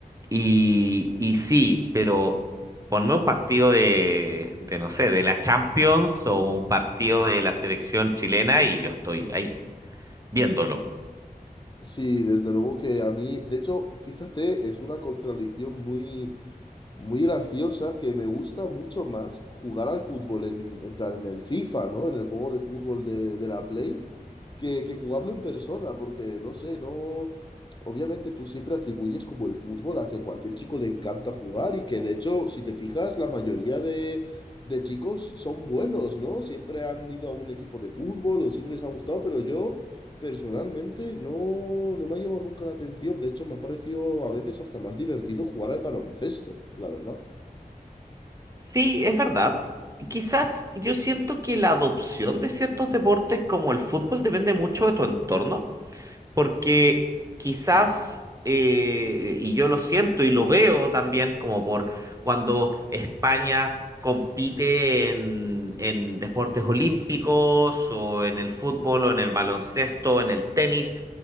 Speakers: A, on the right; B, on the left.
A: Y, y sí, pero ponme un partido de, de, no sé, de la Champions o un partido de la selección chilena y yo estoy ahí, viéndolo.
B: Sí, desde luego que a mí, de hecho, fíjate, es una contradicción muy, muy graciosa que me gusta mucho más jugar al fútbol en, en plan en el FIFA, ¿no? En el juego de fútbol de, de la Play, que, que jugarlo en persona, porque no sé, no. Obviamente tú siempre atribuyes como el fútbol a que a cualquier chico le encanta jugar y que de hecho, si te fijas, la mayoría de, de chicos son buenos, ¿no? Siempre han ido a un equipo de fútbol o siempre les ha gustado, pero yo personalmente no, no me ha llevado nunca la atención. De hecho, me ha parecido a veces hasta más divertido jugar al baloncesto, la verdad.
A: Sí, es verdad. Quizás yo siento que la adopción de ciertos deportes como el fútbol depende mucho de tu entorno. porque quizás, eh, y yo lo siento y lo veo también como por cuando España compite en, en deportes olímpicos o en el fútbol o en el baloncesto, en el tenis,